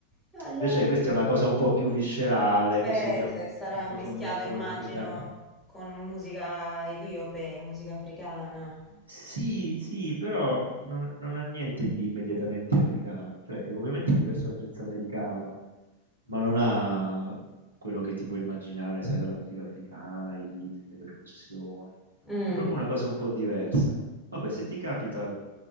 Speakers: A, in the centre; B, on the right.
A: No, il-
B: Invece questa è una cosa un po' più viscerale,
A: Beh,
B: così che ha un
A: se sarà
B: sottofondo
A: mischiato,
B: un po'
A: immagino,
B: inquietante.
A: con musica etiope e musica africana.
B: Sì, sì, però non, non ha niente di immediatamente africano, cioè è ovviamente diverso dal jazz americano, Ma non ha quello che ti puoi immaginare, sai, dalla musica africana, i ritmi, le percussioni.
A: Mm,
B: È proprio una cosa un po' diversa. Vabbè, se ti capita,